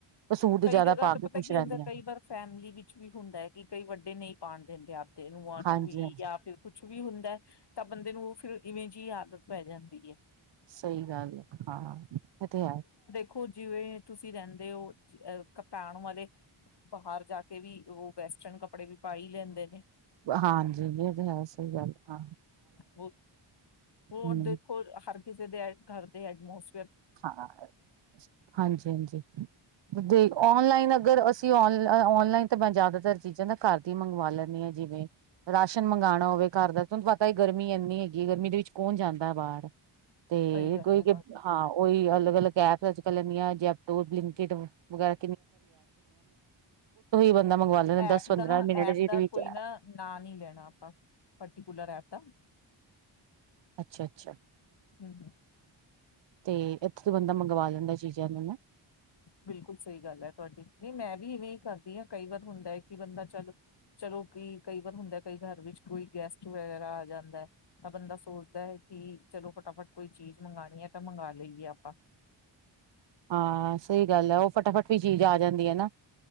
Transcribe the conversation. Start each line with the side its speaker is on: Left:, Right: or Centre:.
Right: ਉਹ ਸੂਟ
Left: ਕਈ
Right: ਜ਼ਿਆਦਾ
Left: ਜਗ੍ਹਾ
Right: ਪਾ
Left: ਤੇ
Right: ਕੇ
Left: ਪਤੈ
Right: ਖੁਸ਼
Left: ਕੀ
Right: ਰਹਿੰਦੀਆਂ
Left: ਹੁੰਦੈ ਕਈ ਵਾਰ ਫੈਮਲੀ ਵਿੱਚ ਵੀ ਹੁੰਦਾ ਏ, ਕਿ ਕਈ ਵੱਡੇ ਨਹੀਂ ਪਾਣ ਦਿੰਦੇ ਆਪਦੇ ਨੂੰਹਾ ਆਪ
Right: ਹਾਂਜੀ
Left: ਦੀ ਹੀ
Right: ਹਾਂਜੀ
Left: ਯਾ ਫਿਰ ਕੁਛ ਵੀ ਹੁੰਦੈ। ਹਅ। ਤਾਂ ਬੰਦੇ ਨੂੰ ਔ ਫਿਰ ਇਵੇਂ ਜੀ ਈ ਆਦਤ ਪੈ ਜਾਂਦੀ ਏ।
Right: ਸਹੀ ਗੱਲ ਐ, ਹਾਂ‌। ਇਹ ਤਾਂ ਹੈ
Left: ਏ ਤੁਸੀਂ ਰਹਿੰਦੇ ਹੋ ਕਪਾਣ ਵਾਲੇ ਬਾਹਰ ਜਾ ਕੇ ਵੀ ਉਹ ਵੈਸਟਰਨ ਕੱਪੜੇ ਵੀ ਪਾ ਹੀ ਲੈਂਦੇ ਨੇ
Right: ਹਾਂਜੀ ਏ ਤੇ ਹੈ, ਸਹੀ ਗੱਲ, ਹਾਂ‌।
Left: ਹੋਰ, ਹੋਣ
Right: ਹਮ
Left: ਦੇਖੋ ਹਰ ਕਿਸੇ ਦੇ ਘਰ ਦੇ ਹੈਡਮੋਸ
Right: ਹਾਂ, ਹਾਂਜੀ ਹਾਂਜੀ ਦੇ ਔਨਲਾਈਨ ਅਗ ਅਗਰ ਅਸੀਂ ਔਨਲਾਈਨ ਤੋ ਮੈਂ ਜੈਦਾਤਰ ਚੀਜ਼ਾਂ ਨਾ ਘਰ ਦੀ ਮੰਗਵਾ ਲੈਂਣੀ ਆਂ, ਜਿਵੇਂ ਰਾਸ਼ਨ ਮੰਗਾਣਾ ਹੋਵੇ ਘਰ ਦਾ ਤਵੈਨ ਪਤਾ ਈ ਗਰਮੀ ਐਨੀ ਹੈਗੀ ਏ ਗਰਮੀ ਦੇ ਵਿੱਚ ਕੌਣ ਜਾਂਦੈ ਬਾਰ। ਤੇ
Left: ਸਹੀ ਗੱਲ
Right: ਕੋਈ
Left: ਹੈ ਤੁਹਾਡੀ
Right: ਗਿਬ ਨਾ ਉਹੀ ਅਲਗ ਅਲ ਗੈਪ ਪੈ ਗਈ ਐ ਬਲਿੰਕ ਕਿਡ ਵਗੈਰਾ ਬੰਦਾ ਮੰਗਵਾ ਲੈਂਦਾ
Left: ਐਪ
Right: ਦਸ ਪੰਦਰਾਂ
Left: ਦਾ ਨਾ
Right: ਮਿੰਟ
Left: ਐਪ
Right: ਜਿਹਦੇ
Left: ਦਾ
Right: ਵਿੱਚ
Left: ਕੋਈ ਨਾ ਨਾਂ ਨੀ ਲੈਣਾ ਅਪਾਂ ਪਰਟੀਕੂਲਰ ਐਪ ਦਾ।
Right: ਅੱਛਾ ਅੱਛਾ।
Left: ਹੂੰ ਹੂੰ।
Right: ਤੇ ਐਥੇ ਤੇ ਬੰਦਾ ਮੰਗਵਾ ਲਿੰਦੈ ਚੀਜ਼ਾਂ ਨੂੰ ਨਾ।
Left: ਬਿਲਕੁਲ ਸਹੀ ਗੱਲ ਐ ਤੁਵਾਡੀ, ਨਹੀਂ ਮੈਂ ਵੀ ਇਵੇਂ ਈ ਕਰਦੀ ਆਂ ਕਈ ਵਾਰ ਹੁੰਦਾ ਏ ਕਿ ਬੰਦਾ ਚੱਲ ਚਲੋ ਕੀ ਕਈ ਵਾਰ ਹੁੰਦਾ ਕਈ ਘਰ ਵਿੱਚ ਕੋਈ ਗੈਸਟ ਵਗੈਰਾ ਆ ਜਾਂਦਾ ਹੈ ਤਾਂ ਬੰਦਾ ਸੋਚਦਾ ਐ ਕਿ ਚਲੋ ਫਟਾਫਟ ਕੋਈ ਚੀਜ਼ ਮੰਗਾਣੀ ਐ ਤਾਂ ਮੰਗਾ ਲਈ ਏ ਆਪਾਂ।
Right: ਹਾਂ ਸਹੀ ਗੱਲ ਹੈ ਉਹ ਫਟਾਫਟ ਵੀ ਚੀਜ਼ ਆ ਜਾਂਦੀ ਹੈ ਨਾ